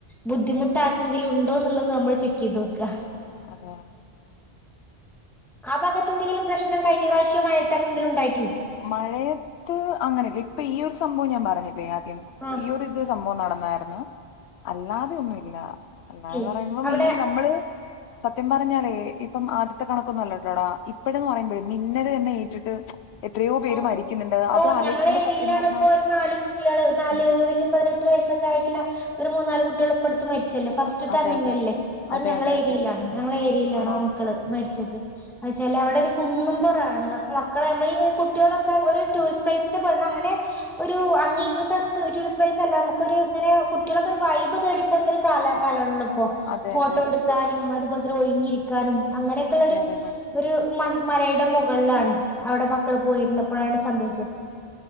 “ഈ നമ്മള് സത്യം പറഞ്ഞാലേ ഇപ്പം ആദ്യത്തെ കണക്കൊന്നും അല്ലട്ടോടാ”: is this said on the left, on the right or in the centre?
Left